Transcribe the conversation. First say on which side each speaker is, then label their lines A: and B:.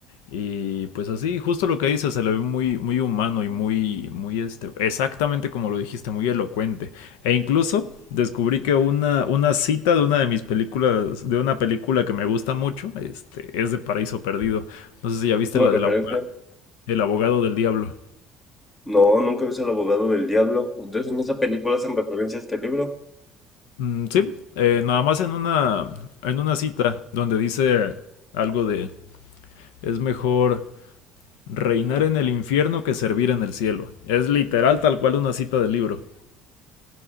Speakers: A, on the left; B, on the left.
A: y pues así justo lo que dice se le ve muy muy humano y muy muy este exactamente como lo dijiste muy elocuente e incluso descubrí que una una cita de una de mis películas de una película que me gusta mucho este es de Paraíso Perdido no sé si ya viste
B: es una
A: la
B: referencia.
A: del abogado, el abogado del diablo
B: No, nunca he visto El abogado del diablo. Entonces, ¿en esa película hacen referencia a este libro?
A: Mm, sí, eh, nada más en una, en una cita donde dice algo de es mejor reinar en el infierno que servir en el cielo. Es literal tal cual una cita del libro.